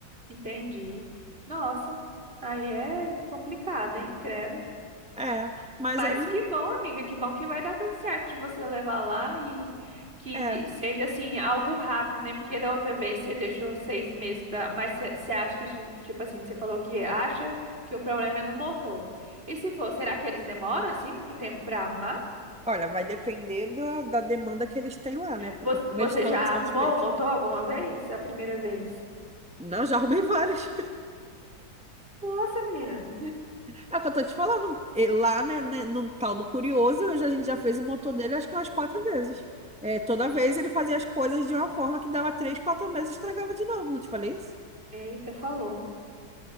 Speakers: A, on the right; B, in the centre.
A: entendi. Nossa, aí é complicado, hein? Credo.
B: É, mas
A: Mas
B: aí,
A: que bom, amiga, que bom que vai dar tudo certo de você levar lá e que
B: é,
A: seja assim, algo rápido, né? Porque da outra vez você deixou seis meses pra. Mas você você acha que, ti- tipo assim, você falou que acha que o problema é no motor. E se for, será que eles demoram assim muito tempo pra arrumar?
B: olha, vai depender da, da demanda que eles têm lá, né? Porque
A: Você
B: como
A: você
B: eles estão,
A: já
B: são
A: arrumou
B: os pe-
A: o motor alguma vez? A primeira vez?
B: Não, já arrumei vários.
A: Nossa, menina.
B: É o que eu tô te falando. E Lá, né, né, no tal do Curioso, eu já- a gente já fez o motor
A: Uhum.
B: dele acho que umas quatro vezes. É, toda vez ele fazia as coisas de uma forma que dava três, quatro meses e estragava de novo, não te falei isso?
A: Eita, falou.